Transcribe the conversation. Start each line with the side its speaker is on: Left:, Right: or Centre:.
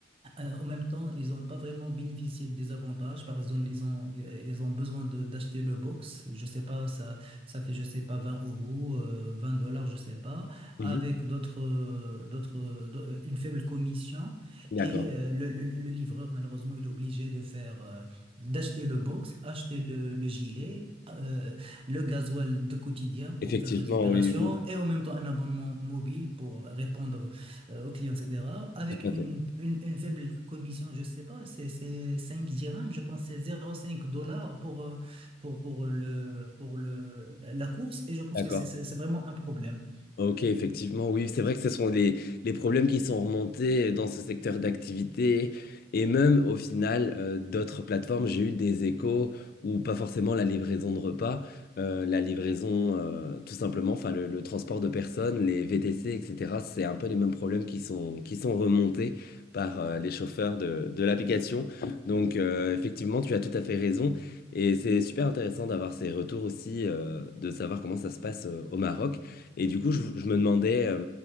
Right: Euh, en même temps, ils n'ont pas vraiment bénéficié des avantages. Par exemple, ils ont, euh, ils ont besoin de- d'acheter le box. Je sais pas, ça, ça fait, je sais pas, 20 euros, euh, 20 dollars, je sais pas, avec
Left: Mhm.
Right: d'autres, euh, d'autres, euh, d'au- euh, une faible commission.
Left: D'accord.
Right: Et euh, le, le- le livreur, malheureusement, il est obligé de faire, euh, d'acheter le box, acheter le, le gilet, euh, le gasoil de quotidien
Left: Effectivement,
Right: pour faire les opérations
Left: oui, oui,
Right: et en même temps un abonnement mobile pour répondre euh, aux clients, etc. Avec
Left: oui, tout à
Right: une,
Left: fait.
Right: une, une faible commission, je ne sais pas, c'est c'est cinq dirhams, je pense que c'est zéro virgule 5 dollars pour, euh, pour, pour, le, pour le, la course. Et je pense
Left: D'accord.
Right: que c'est c'est- c'est vraiment un problème.
Left: Ok, effectivement, oui, c'est vrai que ce sont les, les problèmes qui sont remontés dans ce secteur d'activité et même au final euh, d'autres plateformes, j'ai eu des échos où pas forcément la livraison de repas, euh, la livraison euh, tout simplement, enfin le, le transport de personnes, les VTC, etc. C'est un peu les mêmes problèmes qui sont, qui sont remontés par euh, les chauffeurs de, de l'application. Donc euh, effectivement, tu as tout à fait raison et c'est super intéressant d'avoir ces retours aussi, euh, de savoir comment ça se passe euh, au Maroc. Et du coup, je, je me demandais, euh,